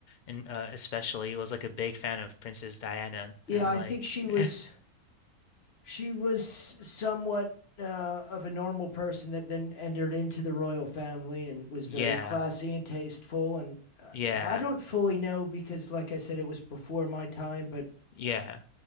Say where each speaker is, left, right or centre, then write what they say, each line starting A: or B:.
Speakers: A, on the left; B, on the left.
A: and uh, especially was like a big fan of Princess Diana.
B: Yeah,
A: I'm
B: I
A: like,
B: think she was
A: <laughs>
B: she was somewhat uh, of a normal person that then entered into the royal family and was very
A: yeah,
B: classy and tasteful. And uh,
A: yeah,
B: I don't fully know because, like I said, it was before my time, but
A: yeah,